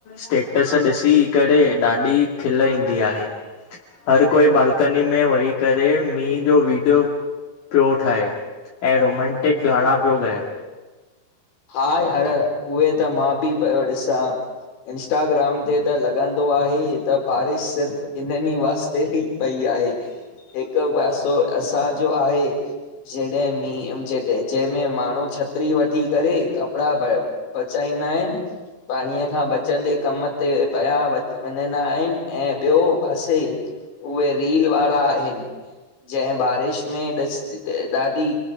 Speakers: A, on the left (about 55°); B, on the left (about 85°).
A: स्टेटस ॾिसी करे ॾाढी खिल ईंदी आहे, हर कोई बालकनी में वई करे मीहं जो वीडियो पियो ठाहे, ऐं रोमेंटिक ॻाणा पियो ॻाए।
B: हा यार उहे त मां बि पयो ॾिसां। इंस्टाग्राम ते त लॻंदो आहे त बारिश सिर्फ़ इन्हनि ई वास ते ही पई आहे।
A: <inaudible>
B: हिक पासो असांजो आहे। जॾह मींहु, ॼ जंहिंमें माण्हू छतरी वठी कपड़ा बचा बचाईदा आहिन। पाणीअ खां बचंदे कम ते पया व वञंदा आहिनि ऐं ॿियो पासे उहे रील वारा आहिन जंहे बारिश में ॾिस ॾाढी